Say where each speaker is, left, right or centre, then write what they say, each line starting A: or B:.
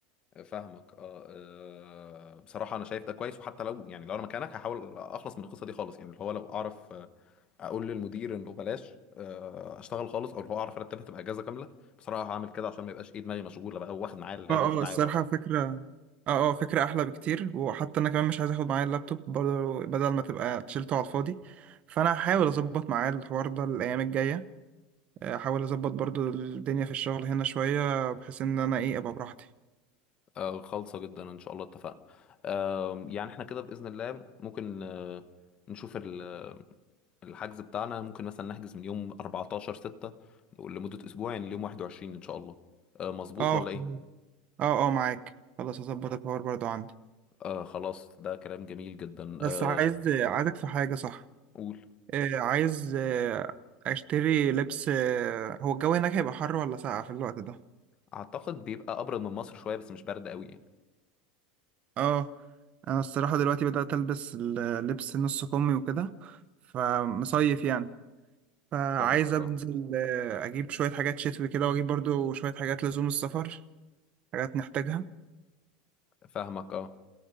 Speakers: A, on the left; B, on the right.
A: فاهمك اه آه، بصراحه انا شايف ده كويس وحتى لو يعني لو انا مكانك هحاول اخلص من القصه دي خالص يعني اللي هو لو اعرف آه، اقول للمدير انه بلاش آه، اشتغل خالص او اللي هو اعرف ارتبها تبقى اجازه كامله بصراحه هعمل كده عشان ما يبقاش ايه دماغي مشغوله بقى واخد معايا اللاب
B: اه
A: واخد
B: اه
A: معايا
B: الصراحة
A: الورق
B: فكرة اه اه فكرة احلى بكتير وحتى انا كمان مش عايز اخد معايا اللابتوب برضو بدل ما تبقى شيلته على الفاضي فانا هحاول اظبط معايا الحوار ده الايام الجاية احاول اظبط برضو الدنيا في الشغل هنا شوية بحيث ان انا ايه ابقى براحتي
A: آه، خالصة جدا ان شاء الله اتفقنا آم، يعني احنا كده بإذن الله ممكن آه، نشوف ال- الحجز بتاعنا ممكن مثلا نحجز من يوم 14 6 لمدة اسبوع يعني اليوم 21 ان شاء الله آه، مظبوط
B: اه
A: ولا
B: خلاص.
A: ايه
B: اه اه معاك خلاص هظبط الحوار برضو عندي
A: آه، خلاص ده كلام جميل جدا
B: بس
A: آه،
B: عايز عايزك في حاجة صح
A: قول
B: آه، عايز آه، اشتري لبس آه، هو الجو هناك هيبقى حر ولا ساقع في الوقت ده
A: اعتقد بيبقى ابرد من مصر شوية بس مش برد قوي يعني
B: اه انا الصراحة دلوقتي بدأت البس اللبس نص كمي وكده فمصيف يعني فعايز
A: فاهمك
B: انزل
A: اه
B: آه، اجيب شوية حاجات شتوي كده واجيب برضو شوية حاجات لزوم السفر حاجات نحتاجها
A: فاهمك اه